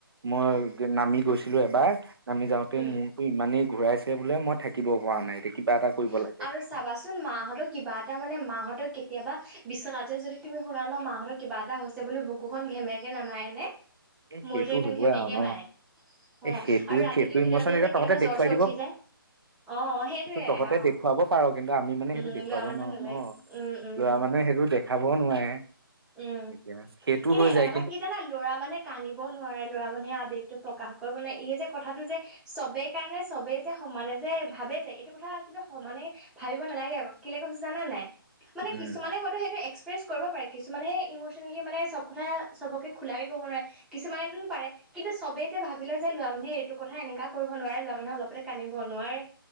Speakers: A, on the right; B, in the centre.
A: মই
B: উম
A: নামি গৈছিলো এবাৰ, নামি যাওতে
B: উম
A: মোৰতো ইমানেই ঘূৰাইছে বোলে, মই থাকিব পৰা নাই। এতিয়া কিবা এটা
B: উম,
A: কৰিব লাগে
B: আৰু চাবাচোন মাহতৰ কিবা এটা মানে মাহতক কেতিয়াবা বিচনাতে যদি তুমি শুনা ন মাহতৰ কিবা এটা হৈছে বুলি বুকুখন ঘেমেকে নামাৰেনে?
A: এ
B: মোৰ
A: সেইটো
B: যে একদম
A: হ'বই
B: ঘেমেকে
A: আৰু ন
B: মাৰে। অ,
A: এ সেইটো
B: আৰু ৰাতিটোৰ
A: সেইটো
B: ভিতৰতে
A: ইমচন এতিয়া
B: যে
A: তহঁতে
B: কেতিয়াবা
A: দেখুৱাই
B: জ্বৰ- চৰ উঠি যায়, অ, সেইটোয়ে।
A: তহতে
B: অ
A: দেখুৱাব পাৰ, কিন্তু আমি মানে
B: উম
A: সেইটো দেখুৱাব
B: লোৱা
A: নোৱাৰো
B: মানুহ নোলায়
A: ন'
B: উম উম
A: ল'ৰা মানুহে সেইটো দেখাবও নোৱাৰে।
B: উম,
A: এতিয়া সেইটো
B: কিন্তু
A: হৈ
B: এটা
A: যায়
B: কথা কি জানা ল'ৰা মানুহে কানিব নোৱাৰে, ল'ৰা মানুহে আৱেগটো পকা কাশ কৰিব নোৱাৰে, এই যে কথাটো যে চবে কাৰণে চবেই যে সমানে যে ভাবে যে, এইটো কথা কিন্তু স মানে ভাবিব নালাগে আও। কেলে কৈছো জানা নাই! মানে
A: উম
B: কিছুমানে হয়তো সেইটো এক্স কৰিব পাৰে কিছুমানেহে ইমচনেলি মানে চব কথা চবকে খোলাকে ক'ব নোৱাৰে কিছুমানেটো পাৰে। কিন্তু চবে যে ভাবিলয় যে ল'ৰা মানুহে এইটো কথা এনেকা কৰিব নোৱাৰে, ল'ৰা মানুহে অলপতে কানিব নোৱাৰে